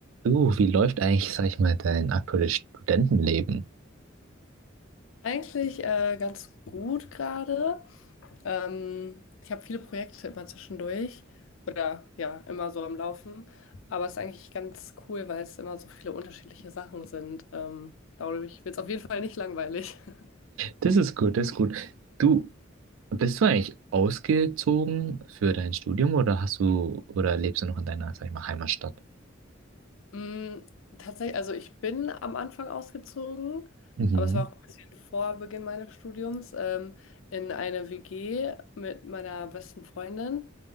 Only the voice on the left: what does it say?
Eigentlich äh, ganz gut gerade. Ähm, ich habe viele Projekte immer zwischendurch oder ja, immer so am Laufen. Aber es ist eigentlich ganz cool, weil es immer so viele unterschiedliche Sachen sind. Ähm, dadurch wird es auf jeden Fall nicht langweilig. <laughs>
Mm, tatsächlich, also ich bin am Anfang ausgezogen,
aber es war auch ein bisschen vor Beginn meines Studiums, ähm, in eine WG mit meiner besten Freundin.